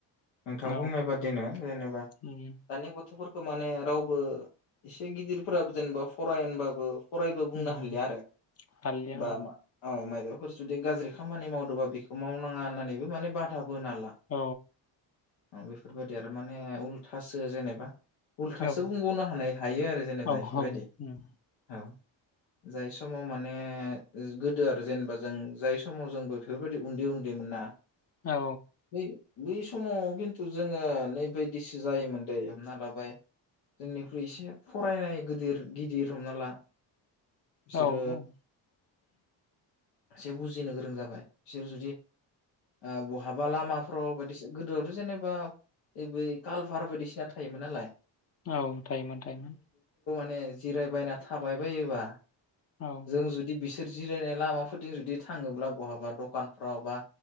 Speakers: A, on the left (about 80°); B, on the left (about 30°).
A: नोंथां
B: औ
A: बुंनाय बादिनो जेनेबा
B: उम
A: दानि गथ'फोर खो माने रावबो एसे गिदिरफोराबो जेनेबा फराय होनबाबो, फरायबो बुंनो
B: उम
A: हालिया आरो
B: हालिया
A: बा
B: औ
A: मा अ मानोबा, फोर जुदि गाज्रि खामानि मावदोंबा बेखौ मावनाङा होन्नानैबो माने बादा बोना ला
B: औ
A: बेफोरबायदि आरो माने उल थासो जेनेबा उल्थासो
B: औ
A: बुंबावनो हानाय हायो आरो जेनेबा
B: औ
A: बेफोरबायदि
B: उम
A: औ जाय समाव माने गोदो आरो जेनेबा जों जाय समाव जोंबो बेफोरबायदि उन्दै उन्दै मोना,
B: औ
A: बै बै समाव खिन्थु जोङो नै बिदिसो जायोमोन दै हमना लाबाय जोंनिख्रुइ एसे फरायनाय गिदिर गिदिर हमना ला बिसोरो
B: औ <unintelligible>
A: एसे बुजिनो गोरों जाबाय बिसोर जुदि ओ बहाबा लामाफ्राव बायदिना गोदोआवथ जेनेबा बै कालभार बायदिसिना थायोमोन नालाय।
B: औ थायोमोन थायोमोन।
A: ने जिरायबायना थाबाय बायोबा।
B: औ
A: जों जुदि बिसोर सोरजिलायनाय लामा। <unintelligible> जुदि थाङोब्ला बहाबा दखानफ्राव बा